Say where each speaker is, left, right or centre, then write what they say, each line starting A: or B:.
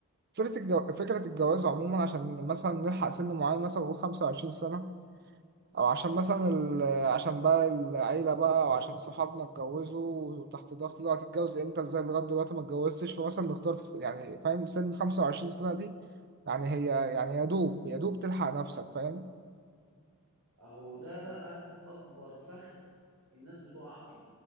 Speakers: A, on the right; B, on the right.
A: فكرة الجو... فكرة الجواز عموما عشان مثلا نلحق سن معين مثلا نقول خمسة وعشرين سنة أو عشان مثلا ال... عشان بقى العيلة بقى أو عشان صحابنا اتجوزوا وتحت ضغط دلوقتي اتجوز امتى ازاي لغاية دلوقتي ما اتجوزتش فمثلا نختار في... يعني فاهم سن خمسة وعشرين سنة دي يعني هي يعني يا دوب يا دوب تلحق نفسك فاهم
B: اهو ده بقى اكبر فخ الناس بتقع فيه